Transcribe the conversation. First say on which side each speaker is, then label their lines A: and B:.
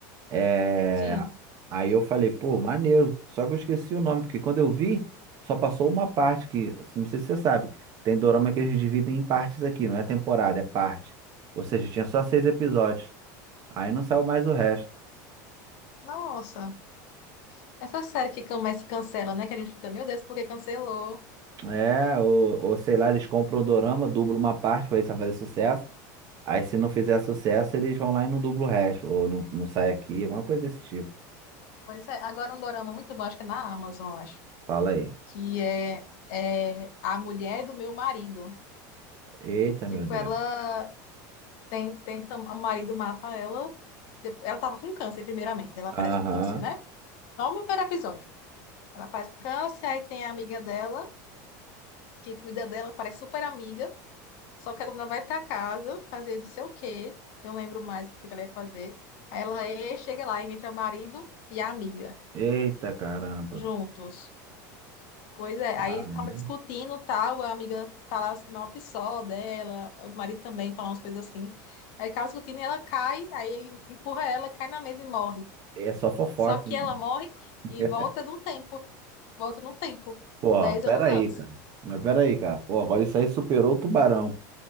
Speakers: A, on the right; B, on the left.
A: É...
B: sim.
A: Aí eu falei, pô, maneiro. Só que eu esqueci o nome, porque quando eu vi, só passou uma parte que, não sei se você sabe, tem dorama que eles dividem em partes aqui, não é temporada, é parte. Ou seja, tinha só seis episódios. Aí não saiu mais o resto.
B: Nossa. Essa série que começa cancela, né? Que a gente fica, meu Deus, por que cancelou?
A: É, ou, ou sei lá, eles compram o dorama, dublam uma parte pra ver se vai fazer sucesso. Aí se não fizer sucesso, eles vão lá e não dublam o resto. Ou não, não sai aqui, alguma coisa desse tipo.
B: Pois é. Agora um dorama muito bom, acho que é na Amazon, acho.
A: Fala aí.
B: Que é, é A Mulher do Meu Marido.
A: Eita,
B: Tipo,
A: meu Deus.
B: ela Tem, tem, tam- o marido mata ela. Dep- Ela tava com câncer, primeiramente. Ela
A: Aham.
B: aparece com câncer, né? Não no primeiro episódio. Ela aparece com câncer, aí tem a amiga dela, que cuida dela, parece super amiga. Só que quando ela vai pra casa fazer não sei o quê, eu lembro mais o que que ela ia fazer. Aí ela e- chega lá e entra o marido e a amiga,
A: Eita, caramba.
B: juntos. Pois é, aí
A: Ah,
B: ficava
A: não.
B: discutindo tal, a amiga falava mal que só dela, o marido também falava umas coisas assim. Aí acaba discutindo e ela cai, aí ele empurra ela, cai na mesa e morre.
A: É só fofoca,
B: Só que
A: hein?
B: ela morre
A: <laughs>
B: e volta no tempo. Volta no tempo.
A: Pô,
B: Dez
A: peraí,
B: anos antes.
A: cara. Mas peraí, cara. Pô, agora isso aí superou o tubarão.